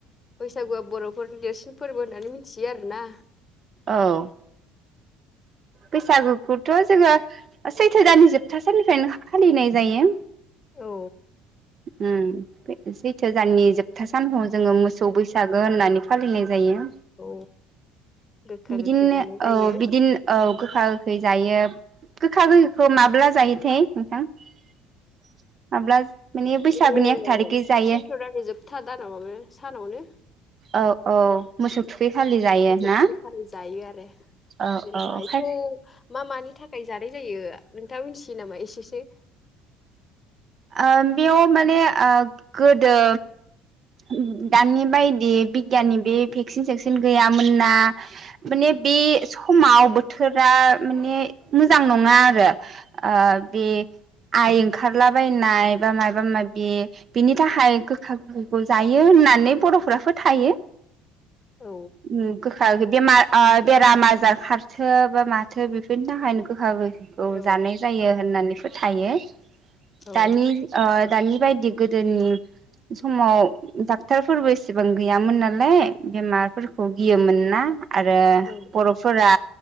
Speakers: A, on the left; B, on the right.
A: बैसागुआ बर'फोरनि देरसिन फोरबो होननानै मिथियो आरोना।
B: औ। बैसागुखौथ' जोङो सैथो दान जोबथा साननिफ्रायनो फालिनाय जायो।
A: औ।
B: उम बे सैथो जाननि जोबथा सानखौ जोङो मोसौ बैसागो होननानै फालिनाय जायो।
A: औ गोखा
B: बिदिनो
A: गोखै जानाय जायो
B: औ बिदिनो औ गोखा गोखै जायो। गोखा गोखैखौ माब्ला जायोथाय नोंथां? माब्ला माने बैसागोनि
A: बे
B: एक थारिखै जायो।
A: सैथ्र' दाननि जोबथा दानाव माबा सानावनो
B: औ औ मोसौ बे खालि जायो
A: मोसौ
B: ना?
A: थुखैखालि जायो आरो
B: औ।
A: <unintelligible>
B: औ खाय
A: मा मानि थाख खाय जानाय जायो। जों नोंथाङा मिथियो नामा एसेसो?
B: ओ बेयाव माने ओ गोदो उम दानि बायदि बिगियाननि बे भेक्सिन सेेकसिन गैयामोन ना माने बे समाव बोथ थोरा माने मोजां नङा आरो। ओ बे आइ ओंखारलाबायनाय बा मायबा मायबि बेनि थाखाय गोखा गोखै खौ जायो होननानै बर'फ्रा फोथायो।
A: औ
B: उम गोखा बेमार ओ बेरामा आ जाखारथो बा माथो बेफोरनि थाखायनो गोखा गोखै खौ
A: औ
B: जानाय जायो होननानै फोथायो।
A: औ
B: दानि ओ दानि बायदि गोदोनि समाव उम डाक्टरफोरबो एसेबां गैयामोन नालाय बेमारफोरखौ गियोमोन ना आरो
A: औ
B: बर'फोरा